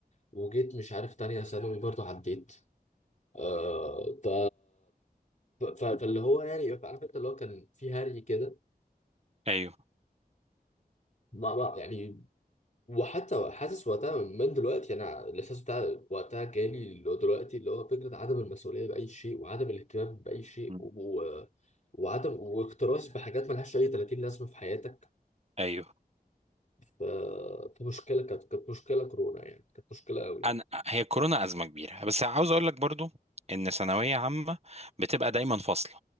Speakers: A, on the left (about 50°); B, on the right (about 40°).
A: وجيت مش عارف تانية ثانوي برضه عديت آه، ف... ف... فاللي هو يعني عارف انت اللي هو كان في هري كده
B: ايوه
A: ما ما يعني وحتى حاسس وقتها من دلوقتي انا الاحساس بتاع وقتها جالي اللي هو دلوقتي اللي هو فكره عدم المسؤوليه باي شيء وعدم الاهتمام باي شيء
B: مم.
A: و... وعدم واكتراث بحاجات ملهاش اي 30 لازمه في حياتك
B: ايوه
A: ف... فمشكله كانت كانت مشكله كورونا يعني كانت مشكله قوي
B: انا هي كورونا ازمه كبيره بس عاوز اقول لك برضو ان ثانويه عامه بتبقى دايما فاصله